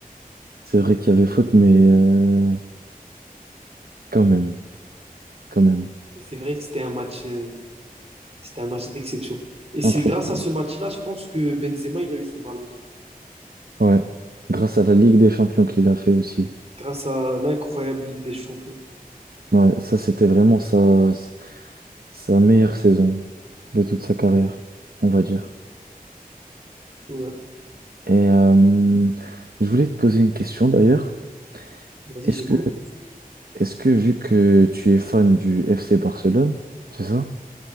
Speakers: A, on the right; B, on the right.
A: C'est vrai qu'il y avait faute, mais euh, quand même, quand même.
B: Et c'est vrai que c'était un match, euh, c'était un match d'exception. Et c'est
A: Impressionnant.
B: grâce à ce match-là, je pense que Benzema, il a eu son ballon d'or.
A: Ouais, grâce à la Ligue des Champions qu'il a fait aussi.
B: Grâce à l'incroyable Ligue des Champions.
A: Ouais, ça c'était vraiment sa, sa meilleure saison de toute sa carrière, on va dire.
B: Ouais.
A: Et euh, je voulais te poser une question d'ailleurs.
B: Vas-y,
A: Est-ce
B: j'écoute.
A: que, est-ce que vu que tu es fan du FC Barcelone, c'est ça?